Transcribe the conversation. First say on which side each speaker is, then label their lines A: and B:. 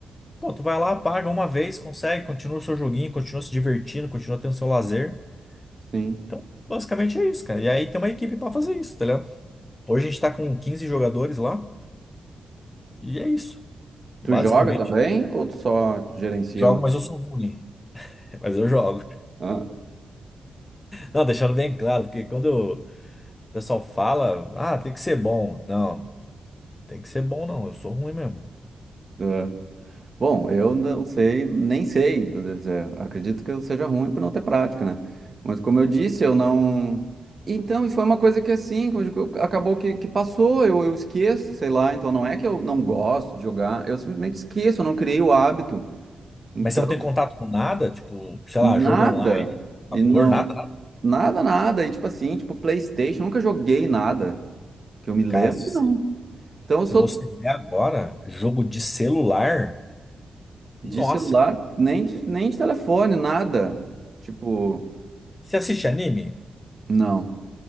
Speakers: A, on the left (about 20°); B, on the right (about 35°).
A: Pô, tu vai lá, paga uma vez, consegue, continua o seu joguinho, continua se divertindo, continua tendo seu lazer.
B: Sim.
A: Então, basicamente é isso, cara. E aí tem uma equipe pra fazer isso, tá ligado? Hoje a gente tá com 15 jogadores lá e é isso. Basicamente,
B: Tu joga também ou tu só gerencia,
A: jogo,
B: né?
A: mas eu sou ruim. <laughs> Mas eu jogo.
B: Ah, ah.
A: Não, deixando bem claro, porque quando o pessoal fala, ah, tem que ser bom. Não, não tem que ser bom, não. Eu sou ruim mesmo.
B: tá. Bom, eu não sei, nem sei. quer dizer, Acredito que eu seja ruim por não ter prática, né? Mas como eu disse, eu não. Então, e foi uma coisa que assim, como eu digo, acabou que, que passou, eu, eu esqueço, sei lá. Então, não é que eu não gosto de jogar, eu simplesmente esqueço, eu não criei o hábito. Então,
A: Mas você não tem contato com nada, tipo, sei
B: nada,
A: lá, jogo online,
B: e
A: computador,
B: não,
A: nada, nada.
B: nada, nada. E tipo assim, tipo PlayStation, eu nunca joguei nada que eu me lembro,
A: Cara, se você,
B: não. Então, eu
A: se
B: sou
A: você ver agora, jogo de celular,
B: De
A: nossa.
B: celular,
A: cara.
B: nem de, nem de telefone, nada. Tipo,
A: Você assiste anime?
B: não.